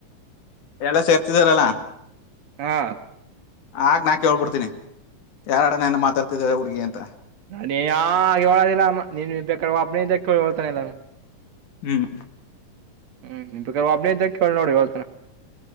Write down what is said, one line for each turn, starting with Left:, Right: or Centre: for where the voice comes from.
Left: ಎಲ್ಲ ಸೇರ್ತಿದಾರಲ್ಲ
Right: ಹಾ
Left: ಆಗ್ ನಾ ಕೇೇಳಬಿಡ್ತೀನಿ ಯರಡ ನಾನ ಮಾತಾಡ್ತಿದೇದ್ದಾರೆ ಹುಡ್ಗಿ ಅಂತ
Right: ಅದ ಯ ಹೇಳಳದಿಲ್ಲ ನೀ ಬೇಕಾದ್ರ ಒಾಬ್ನ ಇದ್ದ ಕೇಳಿ ಹಳ್ತಾನ ಇಲ್ಲಾನು
Left: ಹ್ಮ್
Right: ಹ್ಮ್ ಒಬ್ನೇ ಇದ್ದ ಕೇಳಿ ನೋಡಿ ಅವತನ